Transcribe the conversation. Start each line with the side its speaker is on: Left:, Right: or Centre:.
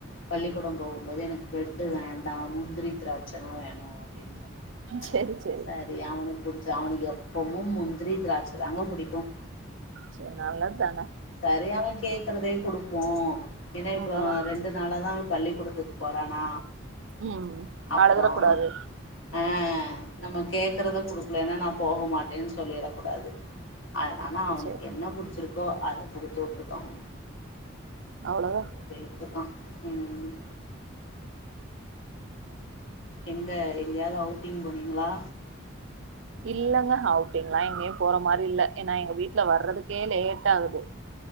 Left: பள்ளிக்கூடம் போகும்போது எனக்கு பிரட்டு வேண்டாம் முந்திரி திராட்சை தான் வேணும் அப்படின்னு சொன்னா
Right: சேரி சேரி
Left: சரி அவனு புடிச்ச அவனுக்கு எப்பவும் முந்திரி திராட்சைதாங்க பிடிக்கும்
Right: சேரி நல்ல தானே
Left: சேரி அவ கேக்குறதே கொடுப்போம் ஏன்னா இப்ப
Right: அவ்ளோதா
Left: ரெண்டு நாள தான் பள்ளி கொடத் து போறானா
Right: ம்
Left: அப்புறம்
Right: அழுதுற கூடாது
Left: அஹ் அஹ் நம்ம கேக்குறத குடுக்கலன்னா நா போக மாட்டேன்னு சொல்லிடக் கூடாது அதனால அவனுக்கு
Right: சேரி
Left: என்ன புடிச்சிருக்கோ அது விட்டு இருக்காங்க
Right: அவ்ளோதா
Left: அது எப்படின்டுதான் உம் எங்க எங்கயாரது அவுட்டிங் போனீங்களா
Right: இல்லங்க அவுட்டிங் எல்லா எங்கேயும் போற மாரி இல்ல ஏன்னா எங்க வீட்டுல வர்றதுக்கே லேட் ஆகுது